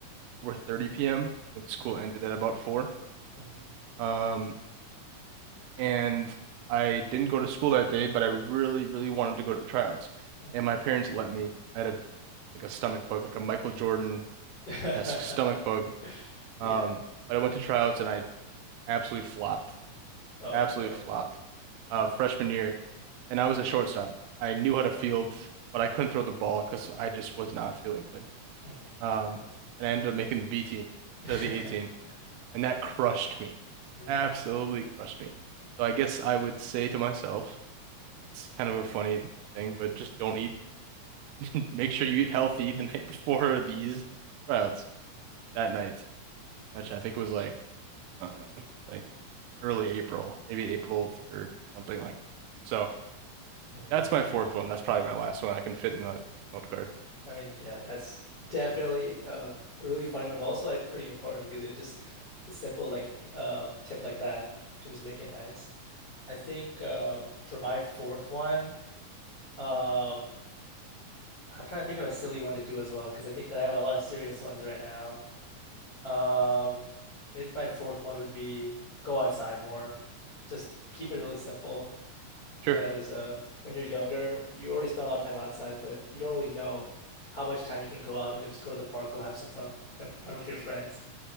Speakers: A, on the right; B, on the left.
A: were 30 p.m. I think school
B: Mm,
A: ended at about four.
B: mm,
A: Um, and I didn't go to school that day, but I really, really wanted to go to the tryouts.
B: mm.
A: And my parents let me. I had a like a stomach bug, like a Michael Jordan-esque
B: <laughs>
A: stomach bug.
B: Yeah.
A: Um, but I went to tryouts and I absolutely flopped.
B: Oh
A: Absolutely
B: no.
A: flopped. Uh,
B: Mm,
A: freshman year, and I was a shortstop. I knew how to field, but I couldn't throw the ball because I just was not feeling good.
B: mm.
A: Um, and I ended up making the B team
B: <laughs>
A: instead of the A team. And that crushed me.
B: Mhm,
A: Absolutely crushed me. So I guess I would say to myself, it's kind of a funny thing, but just don't eat. <laughs> Make sure you eat healthy the <laughs> night before
B: mhm,
A: these tryouts that night, which
B: mm,
A: I think was like uh, like early April, maybe April 3rd or something like that. So
B: mhm.
A: that's my
B: <laughs>
A: fourth one. That's probably my last one I can fit in that note card.
B: I mean, yeah, that's definitely uh, a really funny one, but also like pretty important because it was just a simple like uh, tip like that can just make it nice. I think um, for my fourth one, um, I'm trying to think of a silly one to do as well because I think that I have a lot of serious ones right now. Um, maybe my fourth one would be go outside more. Just keep it really simple
A: Sure.
B: because uh, when you're younger, you already spend a lot of time outside, but you don't really know how much time you can go out. You know, just go to the park, go have some fun, you know, fun with your friends.